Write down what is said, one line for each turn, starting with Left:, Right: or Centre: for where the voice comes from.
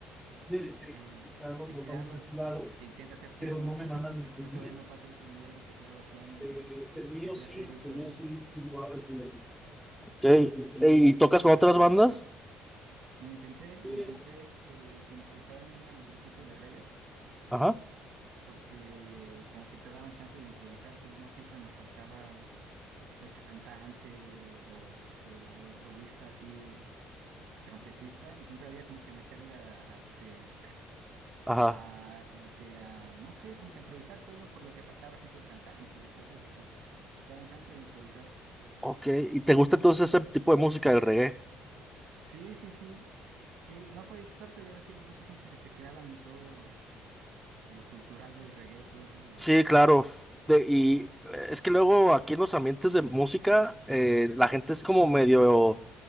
Centre: de-
Right: El
Centre: están los
Right: teclado
Centre: botones activados,
Right: que intenta hacer piano,
Centre: pero no
Right: <laughs>
Centre: me mandan ningún
Right: pero todavía
Centre: link.
Right: no paso de ese nivel de teclado a piano,
Centre: Eh,
Right: de
Centre: El mío
Right: que sea
Centre: sí,
Right: serio,
Centre: el
Right: pues,
Centre: mío
Right: ¿no?
Centre: sí, sí va a recibir. Ok, eh, ¿Y tocas con otras bandas?
Right: Lo intenté,
Centre: Eh,
Right: lo intenté, este, con- estaba en un grupito de reggae,
Centre: Ajá,
Right: porque como que te daban chance de improvisar, pues, ¿no? Siempre nos faltaba el cantante o este, o el solista así, trompetista, y siempre había como que meterle a a, este
Centre: ajá.
Right: a como que a, no sé, como que a improvisar, pues, ¿no? Por lo que faltaba siempre el cantante o cosas así. Te daban chance de improvisar.
Centre: Ok, ¿y te gusta entonces ese tipo de música del reggae?
Right: Sí, sí, sí. Sí, no soy experto, ya ves que mucha gente que se clava en todo lo cultural del reggae, pues, ¿no? De...
Centre: Sí, claro. De- y eh, es que luego aquí en los ambientes de música, eh, la gente es como medio